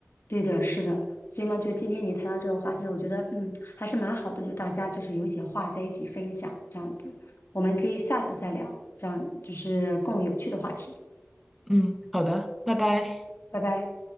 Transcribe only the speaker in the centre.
嗯，好的，拜拜。